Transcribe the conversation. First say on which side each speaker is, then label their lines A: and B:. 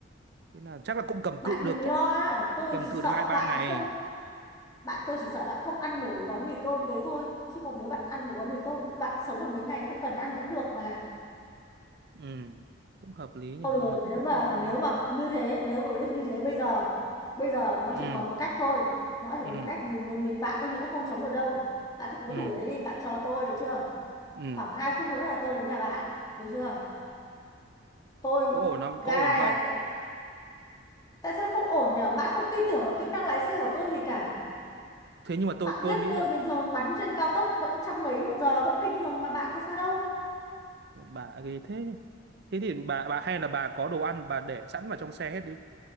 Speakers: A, on the right (about 55°); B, on the left (about 20°).
A: thế là chắc là cũng cầm
B: bạn
A: cự được
B: đừng lo
A: chắc
B: á, tôi
A: cầm
B: chỉ
A: cự
B: sợ
A: được hai ba
B: bạn
A: ngày
B: không bạn tôi chỉ sợ bạn không ăn nổi gói mì tôm đấy thôi chứ còn nếu bạn ăn được gói mì tôm bạn sống được mấy ngày không cần ăn vẫn được mà
A: ừ cũng hợp lý nhỉ
B: Thôi
A: nhưng
B: được
A: mà cũng,
B: nếu mà
A: cũng vẫn
B: nếu
A: lo
B: mà như thế, nếu mà biết như thế bây giờ, bây giờ nó
A: ừ
B: chỉ còn một cách thôi. Nó chỉ
A: ừ
B: còn một cách, mình, mình, bạn tôi nghĩ nó không sống được đâu. Bạn cứ cố
A: ừ
B: thủ đấy đi, bạn chờ tôi được chưa?
A: ừ
B: Khoảng 2 phút nữa là tôi đến nhà bạn, được chưa? Tôi,
A: có ổn không
B: gara
A: có ổn không
B: nhà tôi, tại sao nó không ổn nhở? Bạn không tin tưởng vào kỹ năng lái xe của tôi gì cả.
A: thế nhưng mà tôi
B: Bạn
A: tôi
B: biết
A: nghĩ
B: tôi
A: là
B: bình thường bắn trên cao tốc vẫn trăm mấy một giờ, vẫn bình thường mà bạn có sao đâu.
A: bà ghê thế thế thì bà bà hay là bà có đồ ăn bà để sẵn vào trong xe hết đi